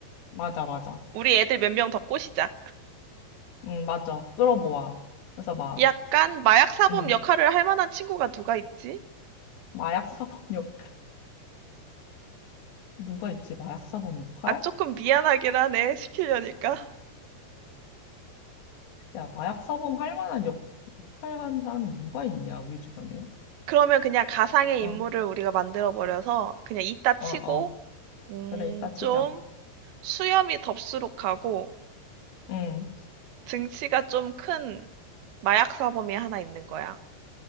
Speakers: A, on the left; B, on the right.
A: 맞아, 맞아.
B: 우리 애들 몇 명 더 꼬시자.
A: 응 맞아. 끌어모아. 그래서 막,
B: 약간 마약 사범
A: 응
B: 역할을 할 만한 친구가 누가 있지?
A: 마약 사범 <laughs> 역할. 누가 있지? 마약 사범 역할?
B: 아, 조금 미안하긴 하네, 시키려니까. <laughs>
A: 야, 마약 사범 할 만한 역, 역할 한 사람이 누가 있냐, 우리 주변에?
B: 그러면 그냥 가상의
A: 어,
B: 인물을 우리가 만들어버려서 그냥 이따 치고,
A: 어, 어.
B: 음,
A: 그래, 이따 치자.
B: 좀 수염이 덥수룩하고
A: 응,
B: 등치가 좀 큰 마약 사범이 하나 있는 거야.